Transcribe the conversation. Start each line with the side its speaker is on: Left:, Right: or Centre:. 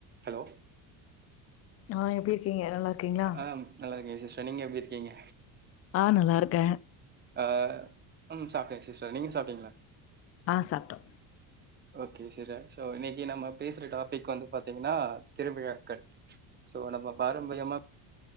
Right: ஹலோ
Left: ஆ எப்டி இருக்கீங்க நல்லா இருக்கீங்ளா
Right: ஆ நல்லா இருக்க சிஸ்டர் நீங்க எப்டி இருக்கீங்க
Left: ஆ நல்லா இருக்கன்
Right: ஆ ம் சாப்ட்ட சிஸ்டர் நீங்க சாப்ட்டீங்கிளா
Left: ஆ சாப்ட்டோ
Right: ஓகே செரி சோ இன்னைக்கி நம்ம பேசற டாபிக் வந்து பாத்தீங்கன்னா திருவிழாக்கள் சோ நம்ம பாரம்பரியமா